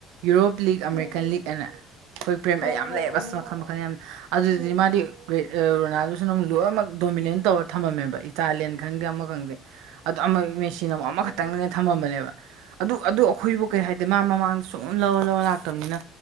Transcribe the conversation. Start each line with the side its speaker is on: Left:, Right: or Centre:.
Right: Europe league American
Left: um um
Right: league ꯑꯅ ꯑꯩꯈꯣꯏ ꯄ꯭ꯔꯦꯝ
Left: ꯈꯪꯉꯦ
Right: ꯌꯥꯝ
Left: ꯈꯪꯉꯦ
Right: ꯂꯩꯌꯦꯕ ꯑꯁ ꯃꯈꯜ ꯃꯈꯜ ꯌꯥꯝ ꯂꯩ ꯑꯗꯨꯗꯗꯤ
Left: ꯎꯝ
Right: ꯃꯥꯗꯤ ꯒ꯭ꯔꯦꯠ ꯔꯣꯅꯥꯜꯗꯣ ꯂꯣꯏꯅꯃꯛ ꯗꯣꯃꯤꯅꯦꯟ ꯇꯧꯔ ꯊꯝꯃꯝꯃꯦꯕ ꯏꯇꯥꯂꯤꯌꯥꯟ ꯈꯪꯗꯦ ꯑꯃ ꯈꯪꯗꯦ ꯑꯃ ꯃꯦꯁꯤ ꯅ ꯑꯃꯨꯛ ꯑꯃꯈꯛꯇꯪꯗꯅꯦ
Left: ꯎꯝ
Right: ꯊꯝꯃꯝꯕꯅꯦꯕ ꯑꯗꯨ ꯑꯗꯨ ꯑꯩꯈꯣꯏꯕꯨ
Left: ꯎꯝ
Right: ꯀꯩ ꯍꯥꯏꯗꯤ ꯃꯥ ꯃꯃꯥꯡꯗꯁꯨ ꯁꯨꯝ ꯂꯧꯔ ꯂꯧꯔ ꯂꯥꯛꯇꯕꯅꯤꯅ